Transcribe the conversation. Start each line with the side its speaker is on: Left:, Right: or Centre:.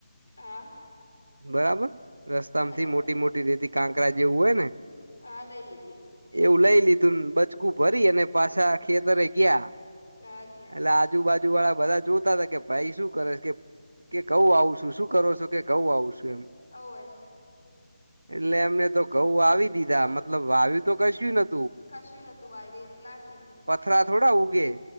Left: આ
Right: બરાબર રસ્તામાંથી
Left: બરાબર
Right: મોટી મોટી રેતી કાંકડા જેવું હોય ને.
Left: આ લઈ લીધી.
Right: એવું લઈ લીધું ને બચકું ભરી અને પાછા ખેતરે ગિયા.
Left: હા ગયા
Right: એટલે આજુબાજુ વાળા બધા જોતા હતા કે ભાઈ શું કરે કે કે ઘઉં વાવુ શું શું કરો છો કે ઘઉં વાવું છું એમ.
Left: હોવે
Right: એટલે એમને તો ઘઉં વાવી દીધા મતલબ વાવ્યુ તો કશ્યું ન
Left: કશું નહોતું વાયડુ ના કેતી.
Right: પથરા થોડા ઉગે.